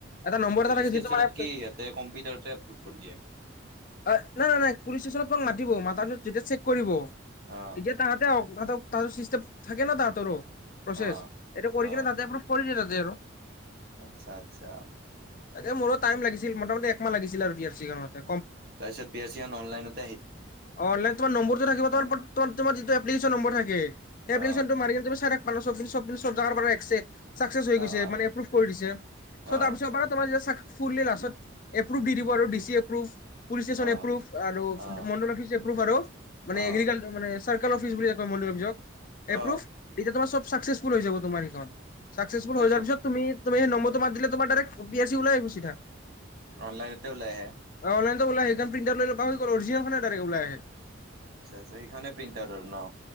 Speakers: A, on the left; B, on the right.
A: এটা নম্বৰ এটা
B: পুলিচ
A: থাকে
B: ষ্টেচনত
A: যিটো মানে
B: কি ইহঁতে কম্পিউটাৰতে এপ্ৰুভ কৰি দিয়ে।
A: অ নাই ন নাই পুলিচ ষ্টেচন তোমাক মাতিব মতাৰ পিছত যেতিয়া চেক কৰিব
B: অ
A: তেতিয়া তাহাতে হক তাহতক তাতে চিষ্টেম থাকে ন' তাহাতৰো। প্ৰচেছ
B: অ
A: এটো কৰি
B: অ
A: কিনে ততে পূৰফ কৰি দিলে ততে আৰু
B: আচ্ছা আচ্ছা
A: এ মোৰো টাইম লাগিছিল। মোটামটি একাহ লাগছিল আৰু পি আৰ চি খণতে
B: তাৰপিছত পি আৰ চি এখন অনলাইনত‌
A: অলাইন তোম নম্বৰটো থাকিবোমাৰ যিটোপ্লিকেশন নম্বৰ থাকে এপ্ললিকেশনটো
B: অ
A: মাৰি কি তুম চ এক প চব চব চব জাগাৰ পৰা একছে। চাকচেচ হৈ
B: অ
A: গৈছে
B: অ
A: মানে এপৰুভ কৰি দিছে,
B: অ
A: চ' তাৰপিছত পৰা তোমাৰ মানে ফুল লাষ্টত এপ্ৰুভ দি দিব আৰু ডি চি এপ্ৰুভ পুলিচ ষ্টেচন
B: অ
A: এপ্ৰুভ আৰু
B: অ
A: মণ্ডল অফিচ এপ্ৰুফ আৰু মানে
B: অ
A: এগ্ৰিকালাৰ মানে চাৰ্কেল অফিচ বুলি কয় মণ্ডল অফিচক। এপ্ৰুভ,
B: অ
A: এতিয়া তোমাৰ চব চাকচ্চেছফুল হৈ যাব তোমাৰ এইখন, চাকচ্চেছফুল
B: তাৰপিছত
A: হৈ যোৱাৰ পিছত তুমি তোমাৰ সেই নম্বৰটো মাৰিল তোমাৰ ডাইৰে্ পি আৰ ওলাই আহিব।
B: অনলাইনতে ওলাই আহে।
A: অনলাইনতে ওলাই সেইখন পিণ্টাৰ ল'ব হৈ গ'ল অৰিজনেনোই ওলাই আহে।
B: আচ্ছা আচ্ছা সেইখনেে প্ৰিণ্ট আউট আৰু ন